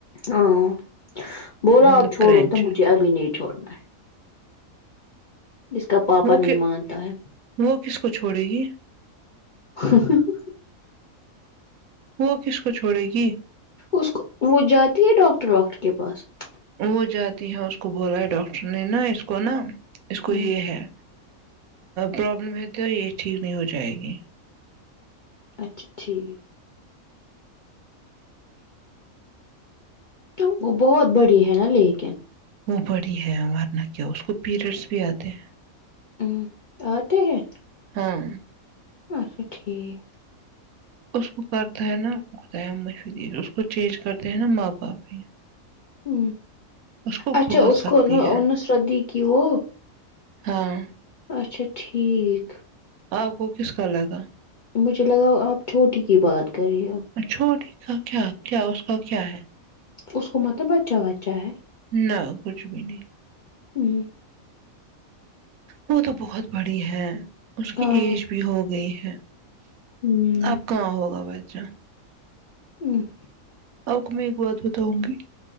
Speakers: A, on the left; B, on the right.
A: ہاں بولا
B: مطلب
A: اپ چھوڑو
B: کرنچ
A: تو مجھے ابھی نہیں چھوڑنا ہے اس کا پاپا
B: وہ
A: نہیں مانتا ہے
B: وہ کس کو چھوڑے گی
A: <unintelligible>
B: وہ کس کو چھوڑے گی
A: اس کو وہ جاتی ہے ڈاکٹر واکٹر کے پاس
B: وہ جاتی ہے اس کو بولا ہے ڈاکٹر نے نا اس کو نا اس کو
A: ہوں
B: یہ ہے پرابلم ہے تو یہ ٹھیک نہیں ہو جائے گی
A: اچھا ٹھیک تو وہ بہت بڑی ہے نا لیکن
B: وہ بڑی ہے ورنہ کیا اس کو پیریڈس بھی آتے ہیں
A: ام آتے ہیں
B: ہاں
A: اچھا ٹھیک
B: اس کو کرتا ہے نا خدایا <unintelligible> اس کو چینج کرتے ہے نا ماں باپ ہی
A: ہ
B: اس کو
A: اچھا
B: بہت
A: اس
B: سختی
A: کو نہ
B: ہے
A: انس شردی کی وہ
B: ہاں
A: اچھا ٹھیک
B: آپ کو کس کا لگا
A: مجھے لگاؤ آپ چھوٹی کی بات کر رہی ہو
B: چھوٹی کا کیا کیا اس کا کیا ہے
A: اس کو مطلب بچہ بچہ ہے
B: نہ کچھ بھی نہیں
A: ہوں
B: وہ تو بہت بڑی ہے اس کی
A: ہاں
B: ایج بھی ہو گئی ہے
A: ہوں
B: اب کہاں ہوگا بچہ
A: ام
B: آپ کو میں ایک بات بتاؤں گی